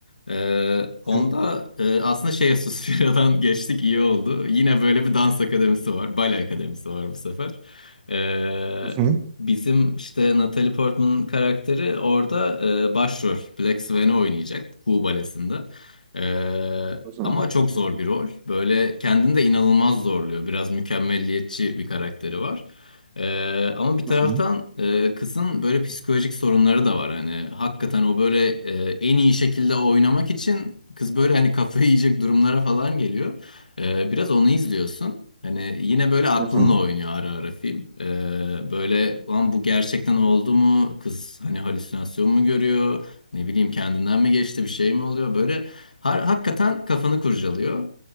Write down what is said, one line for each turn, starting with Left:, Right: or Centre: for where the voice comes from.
Left: Ee, onda
Right: Hı
Left: e, aslında şey Suspiria'dan <laughs> geçtik iyi oldu. Yine böyle bir dans akademisi var. Bale akademisi var bu sefer. Ee,
Right: hı,
Left: bizim işte Natalie Portman'ın karakteri orada e, başrol. Black Swan'ı oynayacak. Kuğu Balesi'nde. Ee,
Right: hı hı,
Left: ama çok zor bir rol. Böyle kendini de inanılmaz zorluyor. Biraz mükemmelliyetçi bir karakteri var. Ee, ama bir taraftan
Right: hı hı,
Left: e, kızın böyle psikolojik sorunları da var. Hani hakikaten o böyle e, en iyi şekilde oynamak için kız böyle hani kafayı yiyecek durumlara falan geliyor. Ee, biraz onu izliyorsun. Hani yine böyle aklınla
Right: hı
Left: oynuyor ara ara film. Ee, böyle lan bu gerçekten oldu mu? Kız hani halüsinasyon mu görüyor? Ne bileyim kendinden mi geçti bir şey mi oluyor? Böyle Har- hakikaten kafanı kurcalıyor.